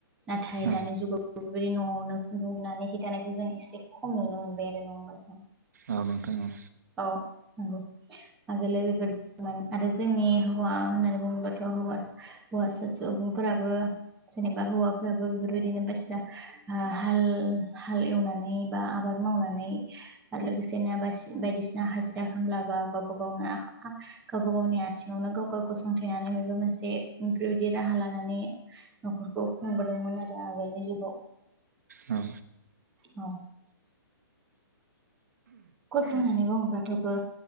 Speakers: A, in the centre; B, on the right.
A: नाथाय
B: औ
A: दानि जुगाव बेबायदि नआवनो खुन्दुंलुनानै हि दानायखौ जों एसे खम नुनो मोनबाय आरो नङा होनबा नोंथां।
B: औ नोंथां औ।
A: औ नंगौ आगोल बेफोर दोंमोन आरो जोंनि हौवा होननानै बुङोबाथ हौवा हौवासा सुबुंफोराबो जेनेबा हौवाफोराबो बेफोरबायदिनो बायदिसिना ओ हा हाल एवनानै बा आबाद मावनानै आरो लोगोसेनो बायदिसिना बायदिसिना हाजिरा खामब्लाबा गावबा गावनो गावबा गावनि आथिङावनो गाव-गाव गसंथेनानै बेबो मोनसे बेबायदि राहा लानानै नखरखौ खुंबोदोंमोन आरो आगोलनि जुगाव।
B: औ।
A: औ। खस्थ होननानै बुङोबाथबो